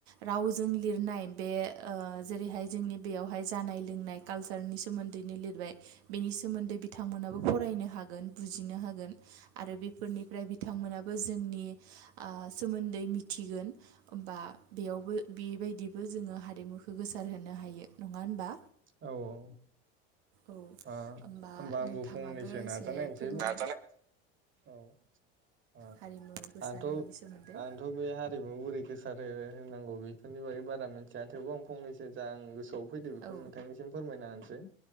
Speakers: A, on the right (about 80°); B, on the right (about 40°).
A: रावजों लिरनाय बे ओ जेरैहाय जोंनि बेयावहाय जानाय लोंनाय काल्सारनि सोमो दैनो लिरबाय बेनि सोमोन्दै बिथांमोनाबो फरायनो हागोन बुजिनो हागोन। आरो बेफोरनिफ्राय बिथांमोनाब बो जोंनि आ सोमोन्दै मिथिगोन ओमबा बेयावबो बेबायदिबो जोङो हारिमुखौ गोसार होनो हायो नङा होनबा
B: औ औ।
A: औ
B: आ
A: होमबा
B: होनबा आंबो
A: नोंथाङाबो
B: फंनैसो नाजानाय
A: एसे
B: नोसै
A: फोरमाय
B: औ आ
A: हारिमु गोसारनायनि
B: आंथ'
A: सोमोन्दै
B: आंथ' बे हारिमु बोरै गोसारो होनांगौ बेफोरनि बागै बारा मिनथिया थेवबो आं फंनैसो जा आं गोसोआव फैदो बेखौ
A: औ
B: नोंथांनिसिम फोरमायना होनसै